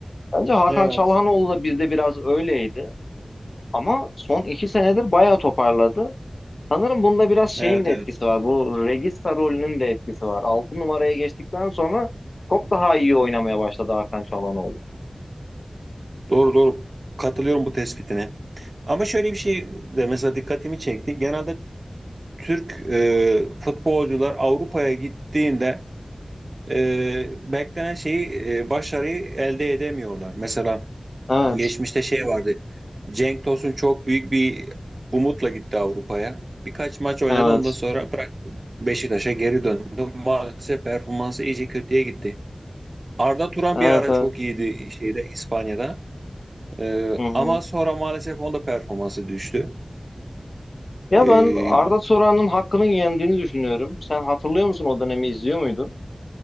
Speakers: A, on the left; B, on the right.
A: Bence Hakan
B: Evet.
A: Çalhanoğlu da bizde biraz öyleydi. Ama son iki senedir bayağı toparladı. Sanırım bunda biraz şeyin
B: Evet
A: de
B: evet.
A: etkisi var. Bu Regista rolünün de etkisi var. 6 numaraya geçtikten sonra çok daha iyi oynamaya başladı Hakan Çalhanoğlu.
B: Doğru doğru. Katılıyorum bu tespitine. Ama şöyle bir şey de mesela dikkatimi çekti. Genelde Türk e, futbolcular Avrupa'ya gittiğinde e, beklenen şeyi e, başarıyı elde edemiyorlar. Mesela
A: Evet,
B: Geçmişte şey vardı. Cenk Tosun çok büyük bir umutla gitti Avrupa'ya. Birkaç maç oynadı
A: evet,
B: ondan sonra bıraktı. Beşiktaş'a geri döndü. Maalesef performansı iyice kötüye gitti. Arda Turan
A: evet,
B: bir ara
A: evet.
B: çok iyiydi şeyde İspanya'da. Ee,
A: Hı hı.
B: ama sonra maalesef onda performansı düştü.
A: Ya
B: Ee,
A: ben Arda Turan'ın hakkının yendiğini düşünüyorum. Sen hatırlıyor musun o dönemi izliyor muydun?